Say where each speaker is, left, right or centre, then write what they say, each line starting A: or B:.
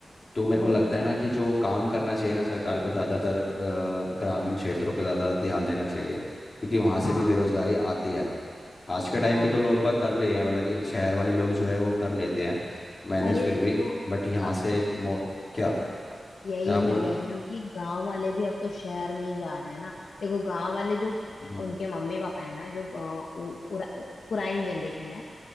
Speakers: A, on the left; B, on the left.
A: तो मेरे को
B: वही
A: लगता
B: ना
A: है ना कि जो काम करना चाहिए ना सरकार को ज़्यादातर अ, ग्रामीण क्षेत्रों पर ज़्यादा ध्यान देना चाहिए क्योंकि वहाँ से
B: हाँ
A: भी बेरोजगारी आती है आज के
B: मैं
A: टाइम पे तो लोग बाग कर लिए हैं मतलब कि शहर वाले लोग जो है वो कर लेते हैं मैनेज
B: अरे
A: फिर
B: अब
A: भी
B: तो
A: बट यहाँ
B: अब
A: से एक मो क्या
B: यही
A: क्या बोल
B: मैं कह रही हूँ कि गांव वाले भी अब तो शहर में ही जा रहे हैं ना देखो गांव वाले जो
A: हम्म
B: उनके मम्मी पापा है ना जो अ, उ- उरा- पुरानी जनरेशन है